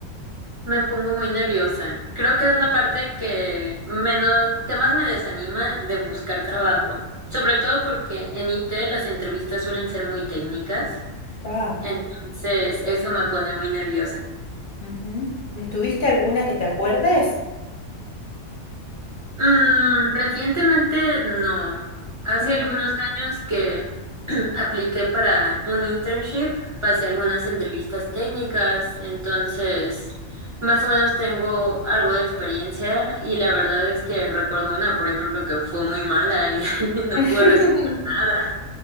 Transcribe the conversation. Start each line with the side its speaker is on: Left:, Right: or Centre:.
Right: Me pongo muy nerviosa. Creo que es la parte que menos, que más me desanima de buscar trabajo, sobre todo porque en IT las entrevistas suelen ser muy técnicas,
Left: Ah,
Right: entonces eso me pone muy nerviosa.
Left: ujú, ujú. ¿Tuviste alguna que te acuerdes?
Right: Mm, recientemente no. Hace
Left: Ujú.
Right: algunos años que <clears throat> apliqué para un internship, pasé algunas entrevistas técnicas, entonces más o menos tengo algo de experiencia y la verdad es que recuerdo una, por ejemplo, que fue muy mala y <laughs> no
Left: <laughs>
Right: pude resolver nada.